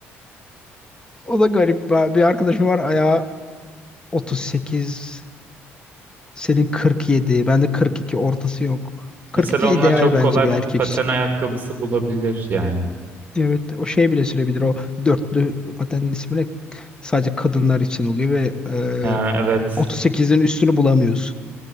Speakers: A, on the left; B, on the right.
A: O da garip. Ben, bir arkadaşım var ayağı 38. Senin 47. Bende 42 ortası yok. 42
B: Mesela
A: ideal
B: onlar çok
A: bence
B: kolay
A: bir erkek
B: paten ayakkabısı bulabilir yani.
A: Evet, o şey bile sürebilir. O dörtlü patenin ismi ne? Sadece kadınlar için oluyor ve
B: Ya,
A: e,
B: evet.
A: 38'in üstünü bulamıyorsun.